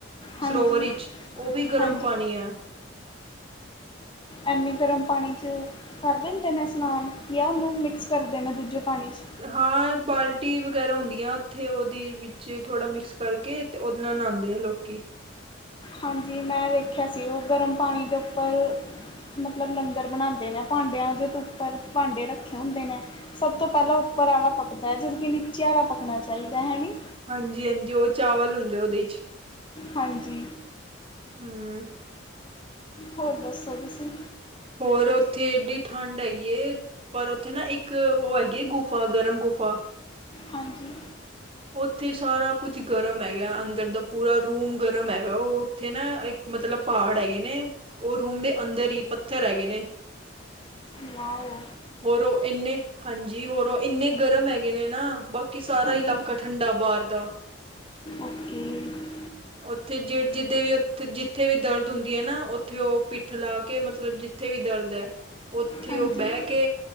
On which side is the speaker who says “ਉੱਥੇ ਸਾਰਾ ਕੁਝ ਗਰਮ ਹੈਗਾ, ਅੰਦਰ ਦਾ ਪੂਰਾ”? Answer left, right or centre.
Right